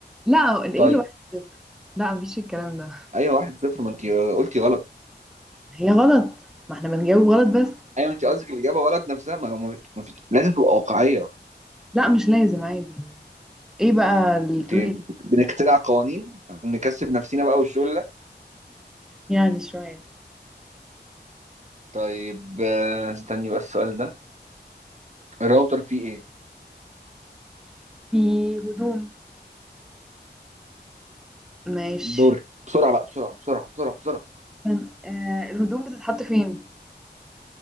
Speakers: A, in the centre; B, on the right (about 40°).
A: لا ايه
B: طيب
A: الواحد صفر لا مفيش الكلام ده
B: ايوه واحد صفر ما انت قلتي غلط
A: هي غلط ما احنا بنجاوب غلط بس
B: ايوه انت قصدك الاجابه غلط نفسها ما هو ما في ما في لازم تبقى واقعيه
A: لا مش لازم عادي ايه بقى الرول
B: انت
A: الجديد
B: بنخترع
A: ده
B: قوانين عشان نكسب نفسينا بقى والشغل ده
A: يعني شوية
B: طيب آه، استني بقى السؤال ده الراوتر فيه ايه
A: في هدوم ماشي
B: دورك بسرعه بقى بسرعه بسرعه بسرعه بسرعه
A: آه الهدوم بتتحط فين